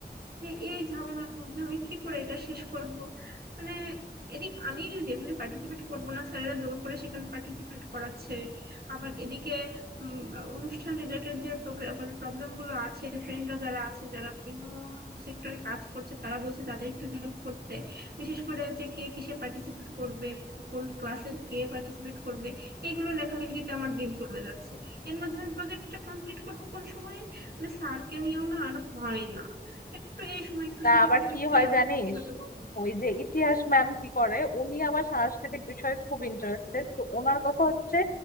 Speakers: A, on the right (about 65°); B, on the left (about 55°).
A: যে এই ঝামেলার মধ্যে আমি কি করে এটা শেষ করব মানে এদিক আমি যেখানে পার্টিসিপেট করব না স্যারেরা জোর করে সেখানে পার্টিসিপেট করাচ্ছে আবার এদিকে উম, অনুষ্ঠান রিলেটেড যে মানে প্রবলেম গুলো আছে ফ্রেন্ডরা যারা আছে যারা বিভিন্ন সেক্টরে কাজ করছে তারা বলছে তাদের একটু হেল্প করতে বিশেষ করে যে কে কিসে পার্টিসিপেট করবে কোন ক্লাসের কে পার্টিসিপেট করবে এগুলো লেখালেখিতে আমার দিন চলে যাচ্ছে এর মধ্যে আমি প্রজেক্টটা কমপ্লিট করব কোন সময়ে মানে স্যারকে নিয়েও না আর হয় না একটু এই সময় একটু
B: না
A: সুযোগ
B: আবার
A: দিলে
B: কি
A: কি
B: হয়
A: এমন
B: জানিস
A: ক্ষতি হতো বলো
B: ওই যে ইতিহাস ম্যাম কি করে উনি আবার সাংস্কৃতিক বিষয়ে খুব ইন্টারেস্টেড তো ওনার কথা হচ্ছে